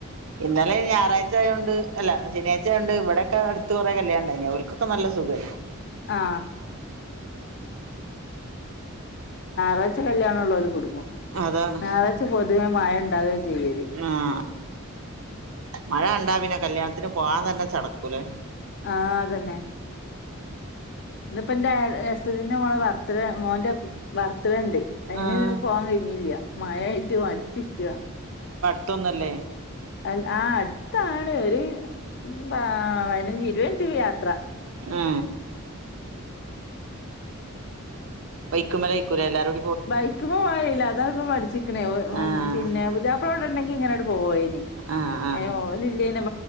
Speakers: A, on the right (about 75°); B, on the left (about 55°).
A: ഇന്നലെ ഞറാഴ്ചയോണ്ട് അല്ല ശനിയാ്ച്ചയോണ്ട് ഇവിടെയൊക്കെ അടുത്ത കുറെേ കല്യാണണ്ട അോലക്കൊക്കെ നല്ലത് സുകൈനു
B: ആ പച്ചല്ണുള്ളവ ഒരു കൊടുും
A: അതാണ്
B: ഞായറാച്ച പൊതുവേ മഴ ഉണ്ടകുക ചെയ്യല്
A: ആഹ് മഴ ഇണ്ടാ പിന്നെ കല്യാണത്തിന് പോകൻ തന്നെ ചടക്കൂലേ
B: ആഹ അതന്നെ ഇന്നിപ്പോ എൻറെ ജ്യേഷ്ഠത്തിയുടെ മോളെ ബർത്ത് ഡേ മോൻറെ ബർത്ത്ഡേ ഉണ്ട് അതിന്
A: ആഹ്
B: പോവാാൻ കഴിഞ്ഞില്ല മഴായിട്ട് മടിച്ചു നിൽക
A: മറ്റൊന്നല്ലേ
B: അ ആ അടുത്താണ് ഒരു പതിനഞ്ച് ഇരുപത് മിനിറ്റ് യാത്ര
A: ഏ ബൈക്കുമല്ലേ കുലെ എല്ലാരും
B: ബൈക്കുമേൽ പോകാൻ കഴിയില്ല അതാണിപ്പോൾ മടിച്ചുനിൽക്കുന്നത്
A: ആഹ്
B: പിന്നെ പുതിയാപ്പിള ഇവിടെ ഉണ്ടെങ്കിൽ ഇങ്ങനെ അങ്ങോട്ട് പോയനി
A: ആഹ് ആഹ്
B: അയിനെ ഓലില്ലെങ്കിൽ